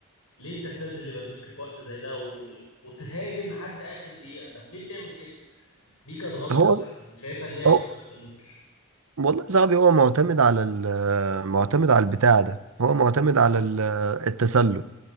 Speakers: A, on the left; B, on the right.
A: ليه انت تنزل ليفاندوسكي في وقت زي ده و... وتهاجم لحد اخر دقيقه طب ليه بتعمل كده دي كانت غلطه
B: هو
A: بصراحه شايفها ان هي خسرت
B: هو
A: الماتش
B: والله صاحبي هو معتمد على ال معتمد على البتاع ده هو معتمد على ال- التسلل